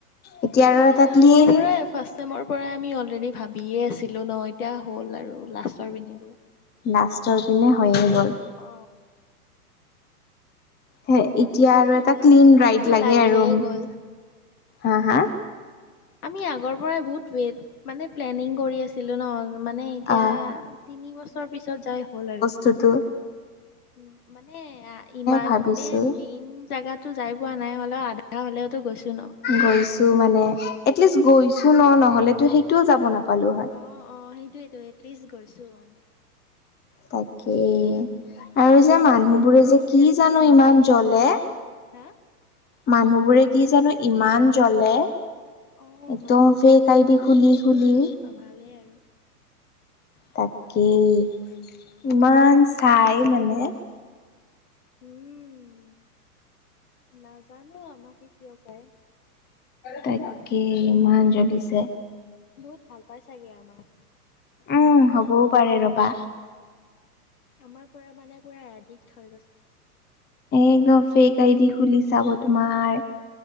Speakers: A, on the left; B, on the left.
A: এতিয়া আৰু
B: মানে
A: এটা ক্লিন
B: আগৰ পৰাই ফাৰ্ষ্ট টাইমৰ পৰাই আমি অলৰেডি ভাবিয়ে আছিলোঁ ন এতিয়া হ'ল আৰু লাষ্টৰ পিনে গৈ।
A: নাষ্টৰ পিনে হৈয়ে গ'ল।
B: অ।
A: হে
B: কমেও
A: এতিয়া আৰু
B: তিনি
A: এটা ক্লন
B: বছৰটো
A: ৰাইড লাগে
B: লাগিয়ে
A: আৰু,
B: গ'ল।
A: হা হা?
B: আমি আগৰ পৰাই বহুত ৱেইট, মানে প্লেনিং কৰি আছিলোঁ ন মানে এতিয়া
A: অ
B: তিনি বছৰ পিছত যাই হ'ল আৰু।
A: তটো
B: উ মানে ইমান
A: ভাবিছো
B: গোটেই মেইন জেগাত টো যাই পোৱা নাই হ'লেও আধা হ'লেওতো গৈছো ন।
A: গৈছো মানে, এটলিষ্ট গৈছো ন নহ'লেতো সেইটোও যাব নাপালো হয়।
B: অ অ সেইটোয়েতো এটলিষ্ট গৈছো অ।
A: তাকেই
B: উম, বাকী
A: আৰু
B: খিনি
A: যে মানুহবোৰে
B: প্লেন আৰু
A: যে কি
B: কেনচেল
A: জানো
B: নহ'লে
A: ইমান
B: হ'ল
A: জ্বলে।
B: আৰু বাকী হা?
A: মানুহ বোৰে কি জানো ইমান জ্বলে।
B: অ
A: একদম
B: মানুহ বিলাকৰ
A: ফেক আইডি
B: আৰু
A: খুলি
B: সেইটো
A: খুলি
B: আৰু স্বভাৱেই আৰু।
A: তাকেই, ইমান চাই মানে
B: উম, নাজানো আমাকে কিয় পায়।
A: তাকেই ইমান জ্বলিছে।
B: বহুত ভাল পাই চাগে আমাক।
A: উম হ'বও পাৰে ৰবা।
B: আমাৰ পৰা মানে পূৰা এদিক্ট হৈ গৈছে।
A: একদম ফেক আইদি খুলি চাব তোমাৰ